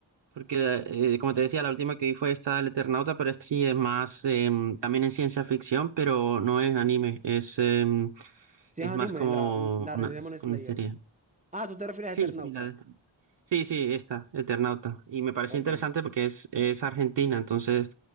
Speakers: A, on the right (about 65°); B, on the right (about 15°).
A: porque eh, como te decía, la última que vi fue esta del Eternauta, pero esta sí es más, em, también es ciencia ficción, pero no es anime,
B: Sí.
A: es, em,
B: Si
A: es
B: es anime,
A: más como
B: la, la
A: una,
B: de Demon Slayer.
A: una serie.
B: Ah, tú te refieres
A: Sí,
B: a Eternauta.
A: sí, la de- sí, sí, esta, Eternauta. Y me pareció
B: Ok.
A: interesante porque es, es argentina, entonces